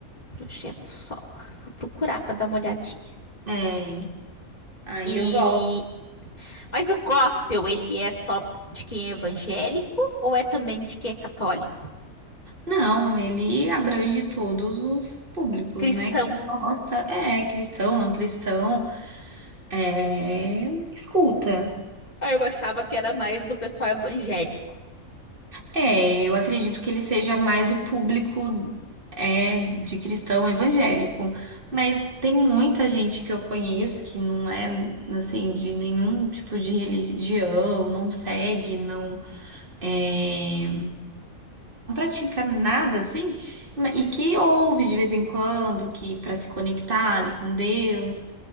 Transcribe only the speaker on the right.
É, aí
eu gosto.
Não, ele abrange todos os públicos,
né? Quem gosta é cristão, não cristão, é, escuta.
É, eu acredito que ele seja mais o público é de cristão evangélico, mas tem muita gente que eu conheço que não é assim de nenhum tipo de religião, não segue, não é, não pratica nada assim, e que ouve de vez em quando, que para se conectar ali com Deus.